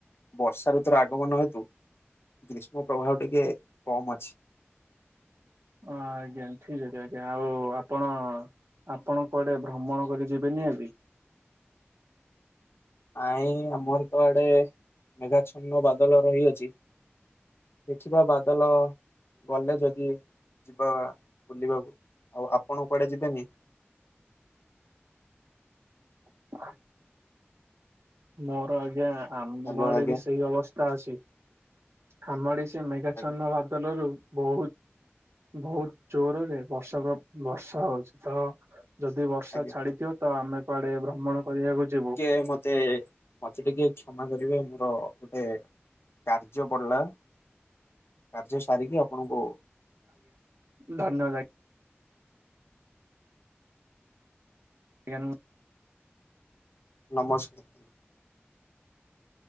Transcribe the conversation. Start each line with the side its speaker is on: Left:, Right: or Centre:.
Left: ବର୍ଷା ଋତୁର ଆଗମନ ହେତୁ ଗ୍ରୀଷ୍ମ ପ୍ରବାହ ଟିକେ କମ ଅଛି।
Right: ହଁ ଆଜ୍ଞା ଠିକ୍ ଅଛି ଆଜ୍ଞା ଆଉ ଆପଣ ଆପଣ କୁଆଡ଼େ ଭ୍ରମଣ କରି ଯିବେନି ଆଜି?
Left: ନାଇଁ ଆମର ତ ଆଡେ ମେଘା ଛନ୍ନ ବାଦଲ ରହିଅଛି। ଦେଖିବା ବାଦଲ ଗଲେ ଯଦି ଯିବା ବୁଲିବାକୁ ଆଉ ଆପଣ କୁଆଡେ ଯିବେନି?
Right: ହ <unintelligible> ମୋର ଆଜ୍ଞା ଆମ
Left: ହ୍ୟାଲୋ
Right: ଆଡେ
Left: ଆଜ୍ଞା
Right: ବି ସେଇ ଅବସ୍ଥା ଅଛି। ଆମ ଆଡେ ବି ସେ ମେଘାଛନ୍ନ
Left: ଆଜ୍ଞା
Right: ବାଦଲରୁ ବହୁତ ବହୁତ ଜୋରରେ ବର୍ଷା ବର୍ଷା ହଉଚି ତ ଯଦି ବର୍ଷା
Left: ଆଜ୍ଞା
Right: ଛାଡିଯିବ ତ ଆମେ କୁଆଡେ ଭ୍ରମଣ କରିବାକୁ ଯିବୁ।
Left: ଏଇ ମତେ ମତେ ଟିକେ କ୍ଷମା କରିବେ ମୋର ଗୋଟେ କାର୍ଯ୍ୟ ପଡିଲା କାର୍ଯ୍ୟ ସାରିକି ଆପଣଙ୍କୁ
Right: ଧନ୍ୟବାଦ୍ ଭାଇ। ଆଜ୍ଞା
Left: ନମସ୍କ